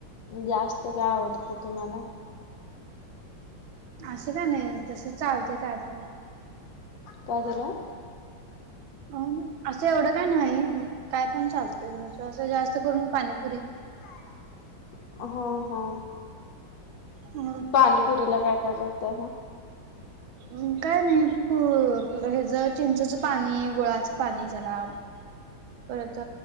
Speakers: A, on the left; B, on the right.
A: जास्त काय आवडतं तुम्हाला?
B: असं काय नाही तसं चालतंय काय पण.
A: काय झालं?
B: अं असं एवढं काय नाही. काय पण चालतंय, तुमचं असं जास्त करून पाणीपुरी.
A: <inaudible> हो हो.
B: अ
A: पाणीपुरीला काय काय करताय?
B: अं काय नाही. पू हे ज चिंचेचं पाणी, गुळाचं पाणी जरा परत